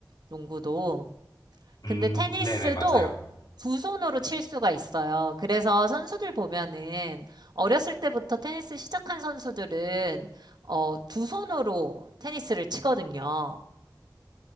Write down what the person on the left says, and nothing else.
음,
네네, 맞아요.